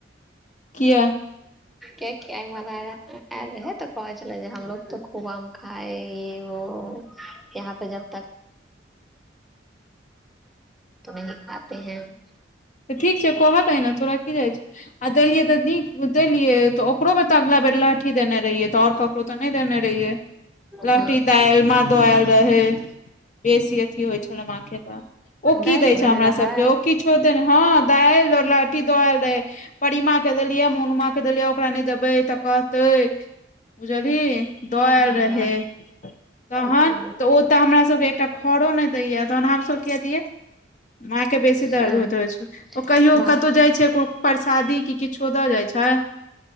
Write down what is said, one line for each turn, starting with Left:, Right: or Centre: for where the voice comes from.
Left: किया
Centre: कियैकि आई माला ऐल रहय त कहय छलय हमलोग तऽ खूब आम खाए ये-वो, यहाँ पे जब <unintelligible>
Left: तऽ ठीक छै कह दही ने तोरा की जाइ छौ, आ देलियै तऽ नी- देलियै त ओकरो में तऽ अगिला बेर लहठी देने रहियै तऽ आओर ककरो तऽ नय देने रहियैऽ। लहठी
Centre: ह
Left: दाइल मा दऽ ऐल रहैऽ। बेसी अथी होइ छलै मां के त ओ की
Centre: दालि
Left: दै छै
Centre: देने
Left: हमरा
Centre: रहै
Left: सबके। ओ किछु होते न, हं दाइल, लहठी द ऐल रहै। परिमा के देलियै, मोनुमा के देलियै, ओकरा नय देबै तऽ कहतै बुझलही। द ऐल
Centre: वाह
Left: रहै।
Centre: वाह
Left: तहन।
Centre: पता नहि
Left: तऽ ओ त हमरा सभके एकटा खरो नैय दैयैऽ तहन हमसभ कियै दियै? मां के बेसी दर्द
Centre: सह
Left: होइत रहइ छै। ओ कहियो
Centre: वाह
Left: कतौ जाइ छै कु- परसादी कि -कि छो द जाइ छैै